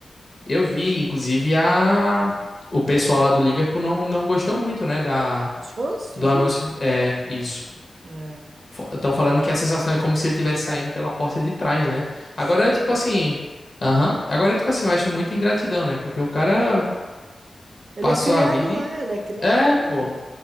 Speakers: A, on the left; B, on the right.
A: Eu vi, inclusive, a... o pessoal lá do Liverpool não, não gostou muito, né, da...
B: Os fãs, tu
A: do
B: diz?
A: anúncio. É, isso.
B: É.
A: Estão falando que a sensação é como se ele estivesse saindo pela porta de trás, né?
B: Sério?
A: Agora, tipo assim. Aham. Agora, tipo assim, eu acho muita ingratidão, né? Porque o cara
B: Ele
A: passou
B: é criado
A: a vida
B: lá,
A: em.
B: ele é criado
A: É,
B: lá,
A: pô.
B: pô.